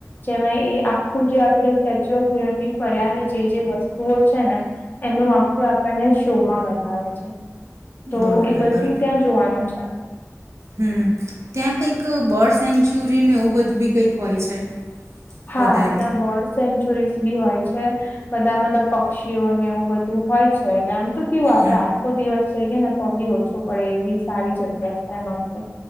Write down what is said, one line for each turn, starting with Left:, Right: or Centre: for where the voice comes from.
Left: જેમાં એ આખું જે આપણેે સ્ટેચ્યુ ઓફ યુનિટી ફર્યા ને જે જે વસ્તુઓ છે ને એનું વાંક્ય આપણને શોમાં વ બતાવે છે તો
Right: બરાબર
Left: એ બધું ત્યાં જોવાનું છે.
Right: હમ ત્યાં કંઈક બર્ડ સેન્ચુરી ને એવું બધું બી કંઈક હોય છે.
Left: હા
Right: વધારે
Left: ત્યાં બર્ડસ સેન્ચુરીઝ બી હોય છે. બધા મતલબ પક્ષીઓને એવું બધું હોય છે એટલે આમ તો કેવું આપડે
Right: હમ
Left: આખો દિવસ જઈએ ને તો બી ઓછો પડે એવી સારી જગ્યા છે આમતો.